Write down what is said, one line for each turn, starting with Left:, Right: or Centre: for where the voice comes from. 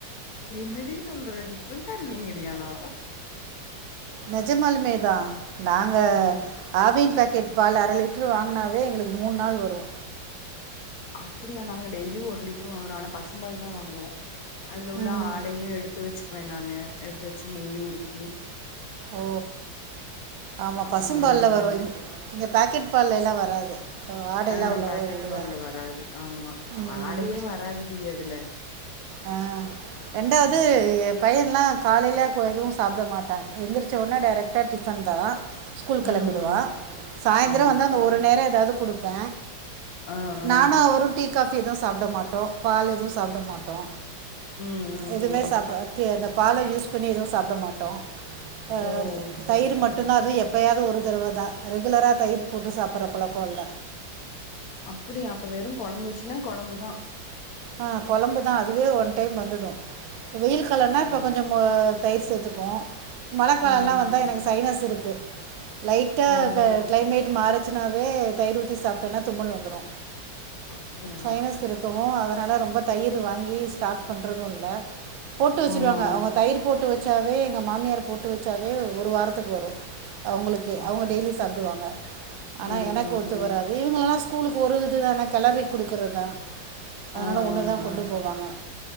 Left: என்னடி சொல்ற டிப்ரென்ட் <unintelligible> டி ஆனா
Right: நெஜமாலுமேதா நாங்க
Left: ஆ
Right: ஆவின் பேக்கெட் பால் அர லிட்ரு வாங்னாவே எங்களுகு மூனு நாள் வரு
Left: அப்டியா நாங்க டெய்லி ஒரு லிட்ரு வாங்குறோ ஆனா பசுபால் தா வாங்குவோ அதுல உள்ள
Right: ம்
Left: ஆடையு எடுத்து வச்சுகுவே நானு எடுத்து வச்சு நெய் உருக்கி
Right: ஓ ஆமா பசும்
Left: அந்த
Right: பால்ல
Left: மாரி
Right: வரு
Left: பண்ணிக்கோ
Right: இங்க பாகெட் பால்லேலா வராது ஆடைல்லா
Left: ஆ
Right: அவ்வளவ
Left: பாக்கெட்
Right: விழுகாது
Left: பால்ல வராது ஆமா
Right: உம்
Left: ஆடையே வராதுடி அதுல
Right: ஆ ரெண்டாவ்து
Left: ஆமா
Right: எ பையன்லா காலைல இப்ப எதுவு சாப்ட மாட்டாங்க எந்திருச்ச உடனே டைரக்டா டிபன் தா ஸ்கூல் கெளம்பிடுவா
Left: ம் ம்
Right: சாயந்திர
Left: ஆமா
Right: வந்தா அந்த
Left: ஆ
Right: ஒரு நேர ஏதாது கொடு ப்ப
Left: ஆ ஆ
Right: நானு அவரு டீ டீ காபி எதுவு சாப்ட மாடோ பால் எதுவு சாப்ட மாடோ
Left: ம் ம்
Right: எதுமே
Left: ம்
Right: சாப்தன்ன <unintelligible> பாலே யூஸ் இப் பண்ணி எதுவு சாப்ட மாட்டோ அ
Left: ஓ சேரி
Right: தயிர்
Left: சேரி
Right: மட்டுதா அது எ எப்பயாது ஒரு தடவ தா ரெகுலரா தயிர் போட்டு சாப்ற பழக்க இல்ல
Left: அப்டியா அப்ப வெறு கொலம்பு வச்சீங்னா கொலம்பு தா
Right: ஆ கொலம்பு தா அதுவே ஒன் டைம் வந்துடு வெயில் காலனா இப்ப
Left: ஓ
Right: கொஞ்ச தயிர் சேத்துபோ மழக்காலலா
Left: ம்
Right: வந்தா
Left: ம்
Right: எனக்கு சைனஸ் இருக்கு லைட்டா
Left: ஓஹோ
Right: க கிளைமேட் மாறுச்சு ன்னாவே தயிர் ஊத்தி சாப்ட்டனா தும்மல் வந்துரு
Left: அப்டியா
Right: சைனஸ் இருக்கவு அதனால ரொம்ப தயிர் வாங்கி ஸ்டாக் பண்றது இல்ல போட்டு வச்சுருவாங்க
Left: ஓஹோ
Right: அவுங்க போட்டு வச்சாவே எங்க மாமியார் போட்டு வச்சாவே ஒரு வாரத்துக்கு வரு அவங்களுக்கே
Left: அப்டி
Right: அவங்க டெய்லி சாப்டுவாங்க ஆனா
Left: ம்
Right: எனக்கு
Left: ம்
Right: ஒத்து
Left: ம்
Right: வராது இவங்களலா ஸ் கூலுக்கு ஒரு இதுதான கெளறி குடுக்கறதுதா அதனால
Left: ஆ ஆ
Right: ஒன்னுதா
Left: ஆ
Right: கொண்டு போவாங்க